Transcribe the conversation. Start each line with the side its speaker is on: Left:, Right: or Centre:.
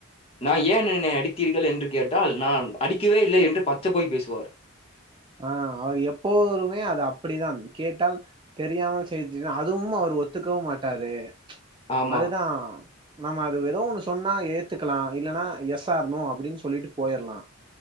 Left: நான் ஏன் என்னை அடித்தீர்கள் என்று கேட்டால் நான் அடிக்கவே இல்லை என்று பச்சை பொய் பேசுவார்
Right: ஆ அவர் எப்போருமே அது அப்படிதான் கேட்டால் தெரியாமல் செய்தஞ் அதுவும் அவர் ஒத்துக்கவும் மாட்டாரு
Left: ஆமா
Right: அதுதா நம்ம அது ஏதோ ஒண்ணு சொன் னா ஏத்துக்கலா இல்லனா எஸ் ஆர் நோ அப்டின்னு சொல்லிட்டு போயர்லா